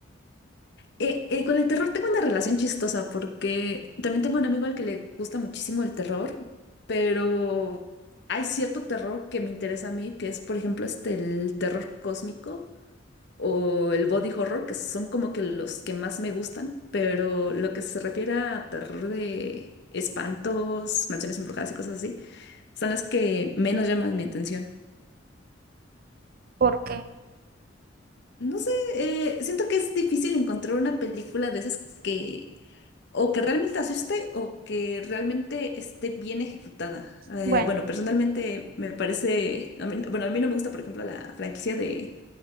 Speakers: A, on the left; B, on the right.
A: Eh, eh, con el terror tengo una relación chistosa porque también tengo un amigo al que le gusta muchísimo el terror, pero hay cierto terror que me interesa a mí, que es por ejemplo este el terror cósmico o el body horror, que son como que los que más me gustan, pero lo que se refiere a terror de espantos, mansiones embrujadas y cosas así, son las que menos llaman mi atención.
B: ¿Por qué?
A: No sé, eh, siento que es difícil encontrar una película de esas que o que realmente asuste o que realmente esté bien ejecutada. Eh,
B: Bueno,
A: bueno, personalmente me parece, a mí- bueno, a mí no me gusta, por ejemplo, la franquicia de